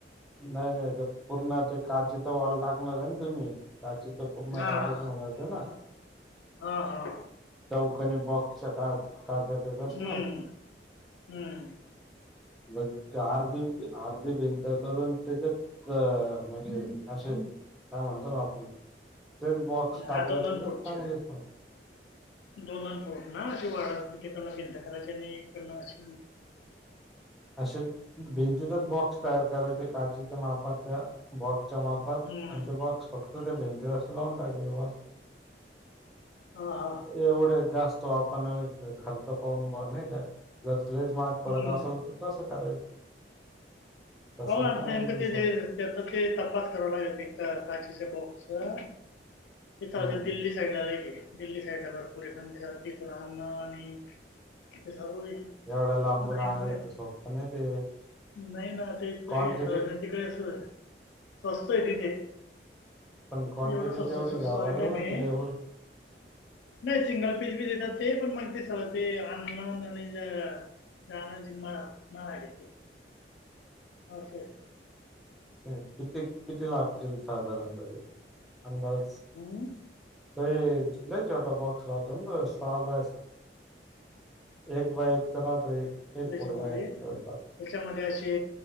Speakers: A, in the centre; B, on the left.
A: नाही नाही ते पूर्ण ते काज वाॉल टाकणार आहे ना तुम्ही. त्याची तर पूर्ण
B: हा
A: टाकायच म्हणायचं ना
B: हा हा
A: चौ कणी बॉक्सकात काज होतस
B: हम्म
A: ना
B: हम्म
A: बघ आर्ध आर्ध भिंत करून त्याच्यात म्हणजे असे का म्हणतो ना आपण तेच बॉक्स टाकले
B: हा दोनदोन
A: तर तेच
B: फूट
A: चांगले
B: चे
A: दिसल
B: दोनदोन फूट ना अशे वाडा भिंत करायचे आणि हिकडन असे
A: असं भिंती च बॉक्स तयार करायचे काचेच्या मापात त्या बॉक्स च्या मापात
B: हम्म
A: आणि ते बॉक्स तू ते भिंतीला असे लावून टाकायचं बस.
B: हा हा
A: एवढे जास्त तो आपण खर्च पाहून नाही का. लईच मार्क पडत
B: हम्म
A: असेल तर तसं करायचं. तसं
B: हो
A: चांगलं
B: नेमकं
A: दिसल
B: ते जे ते तपास करावं लागेल काचेच बाॅक्स हो तेथ
A: हम्म
B: दिल्ली साईडला लई आहे दिल्ली साईडला भरपूर आहे पण ते तिथ राहणं आणि सर्व हे
A: एवढ्या लांबून
B: लाईन
A: आणायचं
B: पण आहे
A: सोप्प नाही ते
B: नाही ना ते तिकडे
A: क्वांटिटी
B: अस मस्त आहे तिथे,
A: पण क्वांटिटी
B: एवढं स्वस्त
A: तेवढी
B: स्वस्त
A: घ्याव
B: आयटम
A: लागेल ना
B: आहे
A: ते
B: नाही.
A: एवढी
B: सिंगल पीस बी देतात ते पण मग दिसल ते आणंण आणि जाण्याची महाग तिथे असय
A: किती किती लागतील साधारणपणे अंदाज
B: हम्म
A: त नाही छोटा बॉक्स राहतो. तो सहा बाय एक बाय एकचा राहतो. एक एक
B: त्याच्यामध्ये
A: फुट बाईक
B: त्याच्यामध्ये
A: ठेवतो
B: असे